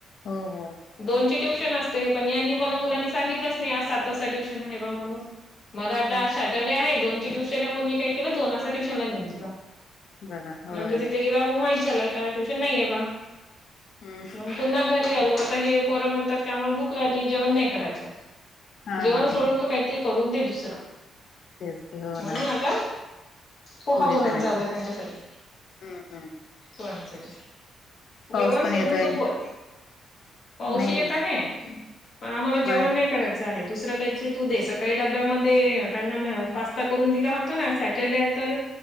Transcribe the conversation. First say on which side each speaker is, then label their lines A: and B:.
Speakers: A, on the left (about 55°); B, on the left (about 40°).
A: हो, हो.
B: दोन ची ट्यूशन असते, पण यांनी मला मुलांनी सांगितलंच नाही. आज सात वाजता ट्यूशन आहे बा म्हणून. मला
A: हं,
B: वाटलं
A: हं.
B: आज सॅटर्डे आहे. दोनची ट्यूशन आहे म्हणून मी काय केलं दोन वाजता ट्युशनला नेऊन दिला.
A: बघा होय.
B: नंतर तिथे गेल्यावर मग माहीत झालं का ट्युशन नाही आहे बा
A: हं,
B: मग पुन्हा घरी आलो. तर हे पोरं म्हणतात की आम्हाला भूक लागली जेवण नाही करायचं
A: हां,
B: जेवण
A: हां
B: सोडून तू काहीतरी करून दे दुसरं.
A: तेच हो
B: म्हणून
A: ना
B: आता पोहा
A: पोहे
B: बनवन
A: करायचं.
B: चालू आहे त्यांच्यासाठी
A: हं, हं.
B: पोरांसाठी.
A: पाऊस
B: जेवण
A: पण
B: सोडून
A: येतोय
B: तू बोल, पाऊस
A: नाही
B: येत आहे. अह आम्हाला जेवण
A: बर
B: नाही करायचं आहे दुसरं काहीतरी तू दे सकाळी डब्यामध्ये त्यांना मी पास स्ता करून दिला हो ना आह सॅटरडे आहे तर